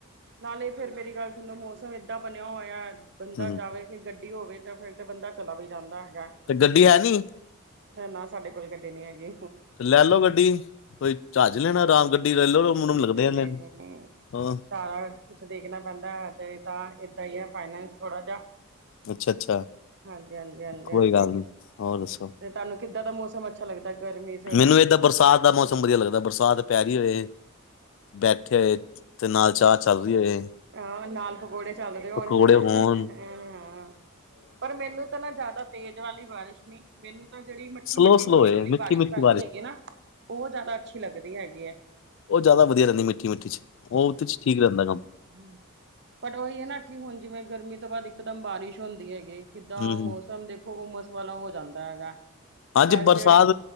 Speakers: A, on the right; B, on the left.
A: ਨਾਲੇ ਫੇਰ ਮੇਰੀ ਗੱਲ ਸੁਣੋ ਮੌਸਮ ਏਦਾਂ ਬਣਿਆ ਹੋਇਆ ਬੰਦਾ
B: ਹੂੰ
A: ਜਾਵੇ। ਗੱਡੀ ਹੋਵੇ ਤਾਂ ਫੇਰ ਤੇ ਬੰਦਾ ਚਲਾ ਵੀ ਜਾਂਦਾ ਹੈਗਾ।
B: ਗੱਡੀ ਹੈ ਨੀ।
A: ਨਾ ਸਾਡੇ ਕੋਲ ਗੱਡੀ ਨੀ ਹੈਗੀ।
B: ਤੇ ਲੈ ਲਓ ਗੱਡੀ ਕੋਈ ਜਹਾਜ਼ ਲੈਣਾ ਆਰਾਮ ਗੱਡੀ ਲੈ ਲਓ ਮੁੰਡੇ
A: ਨਈ-ਨਈ-ਨਈ,
B: ਨੂੰ ਲੱਗਦੇ ਆ ਲੈਣ ਹਾਂ
A: ਸਾਰਾ ਕੁਛ, ਦੇਖਣਾ ਪੈਂਦਾ ਹਜੇ ਤਾਂ ਏਦਾਂ ਈ ਐ ਫਾਈਨੈਂਸ ਥੋੜਾ ਜਾ।
B: ਅੱਛਾ ਅੱਛਾ
A: ਹਾਂਜੀ-ਹਾਂਜੀ-ਹਾਂਜੀ-ਹਾਂਜੀ।
B: ਕੋਈ ਗੱਲ ਨਹੀਂ ਹੋਰ ਦੱਸੋ।
A: ਤੇ ਤੁਹਾਨੂੰ ਕਿਦਾਂ ਦਾ ਮੌਸਮ ਅੱਛਾ ਲੱਗਦਾ ਗਰਮੀ ਚ
B: ਮੈਨੂੰ ਏਦ ਬਰਸਾ ਦਾ ਮੌਸਮ ਵਧੀਆ ਲੱਗਦਾ ਬਰਸਾਤ ਪੈ ਰੀ ਹੋਵੇ, ਬੈਠੇ ਹੋਏ ਤੇ ਨਾਲ ਚਾਹ ਚੱਲ ਰੀ ਹੋਏ।
A: ਹਾਂ ਨਾਲ ਪਕੌੜੇ ਚੱਲ ਰਹੇ ਹੋਣ
B: ਪਕੌੜੇ
A: ਹਨਾ
B: ਹੋਣ
A: ਹਾਂ, ਪਰ ਮੈਨੂੰ ਤਾਂ ਨਾ ਜ਼ਿਆਦਾ ਤੇਜ਼ ਵਾਲੀ ਬਾਰਿਸ਼ ਨੀ, ਮੈਨੂੰ ਤਾਂ ਜਿਹੜੀ ਮੱਠੀ
B: ਸਲੋ
A: ਮੱਟੀ
B: ਸਲੋ
A: ਹੌਲੀ
B: ਹੋਏ
A: ਹੌਲੀ
B: ਮਿੱਠੀ
A: ਬਾਰਿਸ਼
B: ਮਿੱਠੀ
A: ਚਲ ਰੀ ਹੈਗੀ ਨਾ। ਉਹ ਜ਼ਿਆਦਾ ਅੱਛੀ ਲੱਗਦੀ ਹੈਗੀ ਐ।
B: ਉਹ ਜ਼ਿਆਦਾ ਵਧੀਆ ਰਹਿੰਦੀ, ਮਿੱਠੀ ਮਿੱਠੀ ਜੀ ਉਹਦੇ ਚ ਠੀਕ ਰਹਿੰਦਾ ਕੰਮ।
A: ਹੂੰ ਪਰ ਉਹੀ ਐ ਨਾ ਕਿ ਹੁਣ ਜਿਵੇਂ ਗਰਮੀ ਤੋਂ ਬਾਦ ਇਕ ਦਮ ਬਾਰਿਸ਼ ਹੁੰਦੀ ਹੈਗੀ। ਕਿੱਦਾਂ
B: ਹੂੰ
A: ਮੌਸਮ
B: ਹੂੰ
A: ਦੇਖੋ ਉਮਸ ਵਾਲਾ ਹੋ ਜਾਂਦਾ ਹੈਗਾ।
B: ਹਾਂਜੀ
A: ਪਰ
B: ਬਰਸਾਤ,
A: ਜਿਹੜੇ